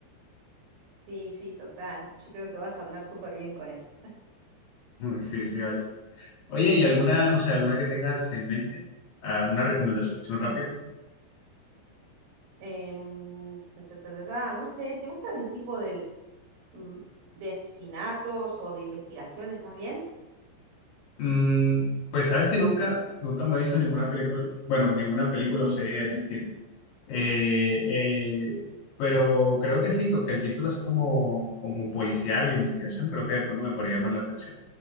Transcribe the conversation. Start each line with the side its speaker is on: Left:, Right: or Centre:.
Right: Sí, sí, total. Yo creo que vas a andar súper bien con eso.
Left: <laughs> Uy, sí, sí, vale. Oye, ¿y alguna, no sé, alguna que tengas en mente? Ah, una recomendación rápida.
Right: Em, ta, ta, ta, ta, ta, no sé, ¿te gustan el tipo del, mm, de asesinatos o de investigaciones más bien?
Left: Mm, pues sabes que nunca, nunca me he visto ninguna película, bueno, ninguna película o serie de ese estilo. Eh, eh, pero creo que sí, que el título así como, como policial o investigación, creo que de pronto me podría llamar la atención.